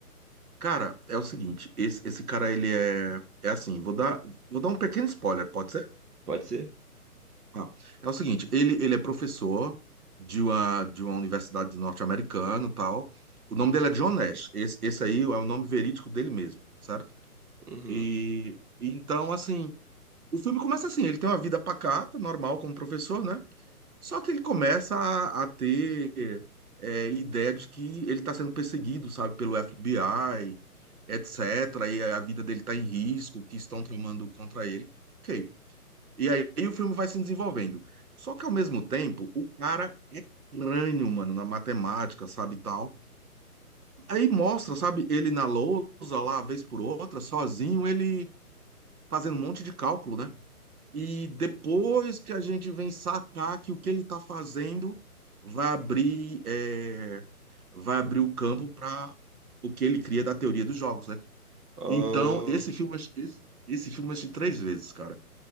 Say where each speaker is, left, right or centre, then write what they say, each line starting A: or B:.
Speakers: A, on the right; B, on the right.
A: cara, é o seguinte, esse, esse cara ele é é assim, vou dar vou dar um pequeno spoiler, pode ser?
B: Pode ser?
A: Não. É o seguinte, ele, ele é professor de uma, de uma universidade norte-americana e tal. O nome dele é John Nash. Esse, esse aí é o nome verídico dele mesmo, certo?
B: Uhum.
A: E, e então, assim, o filme começa assim, ele tem uma vida pacata, normal como professor, né? Só que ele começa a, a ter é, ideia de que ele está sendo perseguido, sabe, pelo FBI, etc. E a vida dele está em risco, que estão tramando contra ele. Ok. E aí o filme vai se desenvolvendo. Só que ao mesmo tempo, o cara é crânio, mano, na matemática, sabe, e tal. Aí mostra, sabe, ele na lousa lá, vez por outra, sozinho, ele fazendo um monte de cálculo, né? E depois que a gente vem sacar que o que ele tá fazendo vai abrir, é, vai abrir o campo para o que ele cria da teoria dos jogos, né?
B: Ah,
A: Então, esse filme, esse, esse filme eu assisti três vezes, cara.